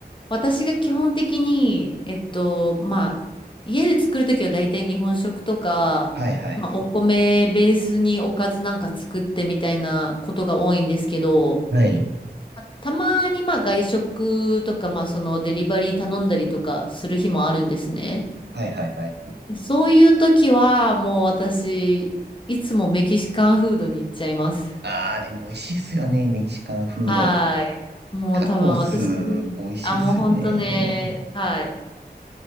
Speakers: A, on the left; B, on the right.
A: 私が基本的に、えっと、まあ、家で作るときは大体日本食とか、
B: はいはい。
A: まあ、お米ベースにおかずなんか作ってみたいなことが多いんですけど、
B: はい。
A: まあたまにまあ外食とか、まあそのデリバリー頼んだりとかする日もあるんですね。
B: はいはいはい。
A: でそういう時はもう私、いつもメキシカンフードに行っちゃいます。
B: ああ、でも美味しいっすよね、メキシカンフード。
A: はい。もう多分私、
B: タコス、美味しいっすよね。
A: あ、もう本当ね、はい。